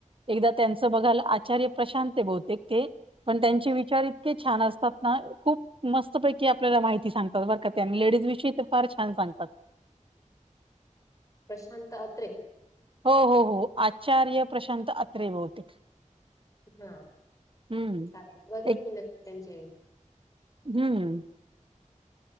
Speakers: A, on the right (about 40°); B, on the left (about 25°).
A: एकदा त्यांचं बघाल आचार्य प्रशांत बहुतेक ते पण त्यांचे विचार इतके छान असतात ना खूप मस्तपैकी आपल्याला माहिती सांगतात बरक ते आणि लेडीज विषयी ते फार छान सांगतात
B: प्रशांत अते
A: हो हो हो आचार्य प्रशांत अते होते
B: हा
A: हम्म
B: चालेल बघेल
A: एक
B: मी नक्की त्यांच्या
A: हम्म